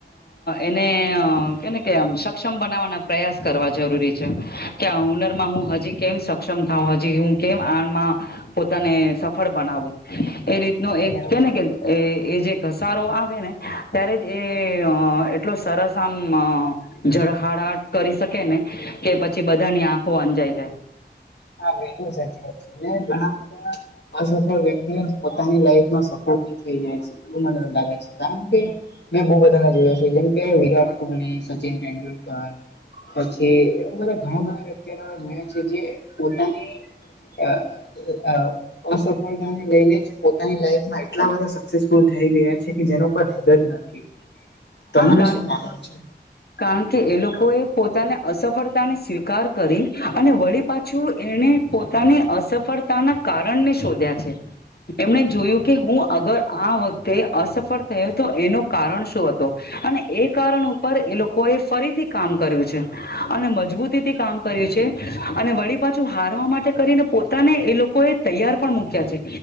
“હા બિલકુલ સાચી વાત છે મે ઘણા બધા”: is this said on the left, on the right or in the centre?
Left